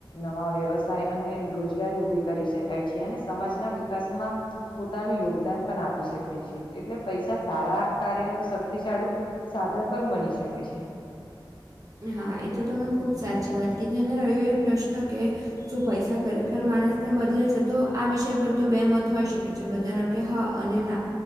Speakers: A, on the left; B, on the right.
A: નવા વ્યવસાય અને રોજગારી ઉભી કરી શકાય છે અને સમાજના વિકાસમાં પોતાનું યોગદાન પણ આપી શકે છેીએ એટલે પૈસા સારા કાર્ય ન શક્તિશાળું સાધન પણ બની શકે છે.
B: હા એ તો તમે ખૂબ સાચી વાત કે જેને રહ્યો એ પ્રશ્ન કે જો પૈસા ખરેખર માણસ ને બદલે છે તો આ વિષય પર તો બે મત હોય શકે બધાના કે હા અને ના